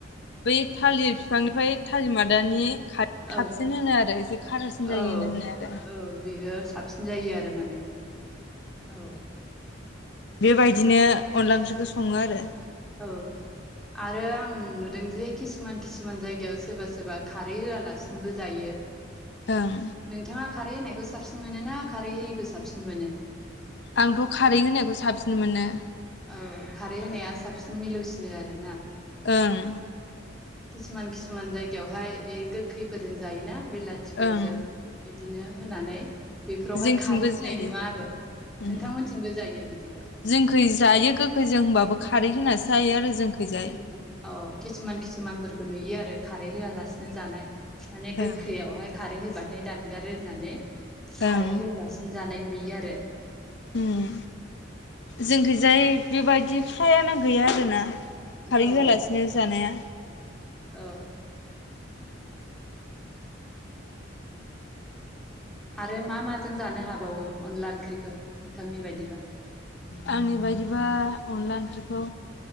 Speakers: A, on the left (about 65°); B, in the centre.
A: बै थालिर फिफांनिफ्राय थालिर मादानि खारै साबसिन
B: औ
A: होनो आरो एसे खारासिन जायो
B: औ
A: होनो होन्नायालाय।
B: औ बेयो साबसिन जायो आरो माने औ।
A: बेबायदिनो अनला ओंख्रिखौ सं सङो आरो।
B: औ आरो आं नुदों जे किसुमान किसुमान जायगायाव सोरबा सोरबा खारै होआलासिनोबो जायो।
A: ओं।
B: नोंथाङा खारै होनायखौ साबसिन मोनो ना खारै होयिखौ साबसिन मोनो?
A: आंथ खारै होनायखौ साबसिन मोनो।
B: औ खारै होनाया साबसिन मिलौसिनो आरोना।
A: ओं।
B: खिसुमान खिसुमान जायगायावहाय ऐ गोख्खैफोरजों जायोना बेलाथिफोरजों
A: ओं
B: बिदिनो होनानै बेफोरावहाय
A: जोंथिंबो
B: खारै होनाय
A: जायो
B: नुवा आरो। नोंथांमोन्थिंबो
A: उम
B: जायो बिदिखौ?
A: जोंखै जायो गोखैजों होनबाबो खारै होनासो जायो आरो जोंखैजाय
B: होनो औ खिसुमान खिसुमानफोरखौ नुयो आरो खारै होआलासिनो जानाय माने गोखैआवहाय
A: ओं
B: खारै होबाथाय थाय दानगारो होन्नानै खारै
A: ओं
B: होआलासिनो जानाय नुयो। आरो
A: उम जोंखैजाय बेबायदि फ्रायानो गैया आरोना खारै
B: औ
A: होआलासिनो जानाया।
B: औ। आरो मा माजों जानो हाबावो अनला ओंख्रिखौ नोंथांनि बायदिबा?
A: आंनि बायदिबा अनला ओंख्रिखौ